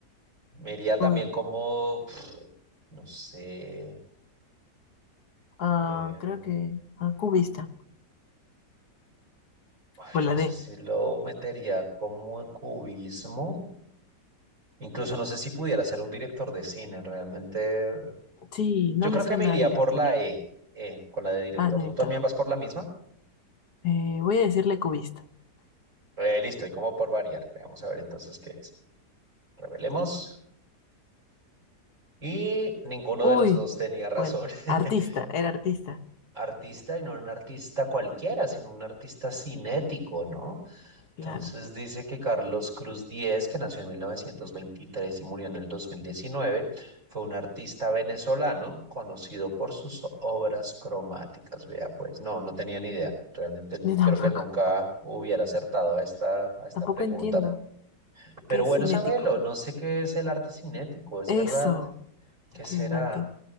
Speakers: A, on the right; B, on the left.
A: Me iría también
B: uy.
A: como, pff, no sé,
B: Ah,
A: eh,
B: creo que ah, cubista.
A: ay,
B: O
A: yo
B: la
A: no
B: D.
A: sé si lo metería como en cubismo, incluso no sé si pudiera ser un director de cine, realmente.
B: Sí, no
A: Yo
B: me
A: creo
B: suena
A: que me iría
B: a director.
A: por la E, eh, con la de director.
B: Ah, director.
A: ¿Tú también vas por la misma?
B: Eh, voy a decirle cubista.
A: Eh, listo, y como por variar, veamos a ver entonces qué es. Revelemos. Y ninguno
B: Uy,
A: de los dos tenía razón.
B: bueno,
A: <laughs>
B: artista, era artista.
A: artista y no un artista cualquiera, sino un artista cinético, ¿no? Entonces
B: Claro.
A: dice que Carlos Cruz Diez, que nació en 1923 y murió en el 2019, fue un artista venezolano conocido por sus obras cromáticas. Vea, pues no, no tenía ni idea. Realmente n-
B: Yo tampoco.
A: creo que nunca hubiera acertado a esta, a esta
B: Tampoco
A: pregunta.
B: entiendo.
A: Pero
B: ¿Qué es
A: bueno,
B: cinético?
A: sabelo, no sé qué es el arte cinético, es
B: Eso.
A: verdad. ¿Qué será?
B: Que no entiendo.